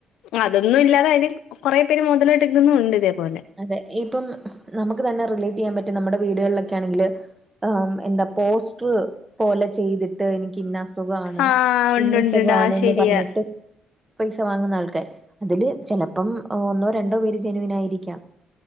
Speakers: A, on the left; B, on the right.
A: അതൊന്നും ഇല്ലാതെ അയിന് കൊറെ പേര് മൊതലടുക്കുന്നു ഉണ്ട് ഇതേപോലെ
B: അതെ ഇപ്പം നമുക്ക് തന്നെ റിലേറ്റ് ചെയ്യാൻ പറ്റും നമ്മുടെ വീടുകളിലൊക്കെ ആണെങ്കില് ആഹ് എന്താ പോസ്റ്റർ പോലെ ചെയ്തിട്ട് എനിക്ക് ഇന്ന അസു സുഖാണ്
A: ആഹ് ഉണ്ട്
B: ഇന്നസുഖാണ്ന്ന്
A: ഉണ്ട് ഉണ്ട് ആഹ് ശരിയാ
B: പറഞ്ഞിട്ട് പൈസ വാങ്ങുന്ന ആൾക്കാർ അതില് ചിലപ്പം ഒന്നോ രണ്ടോ പേര് ജെനുവിൻ ആയിരിക്കാം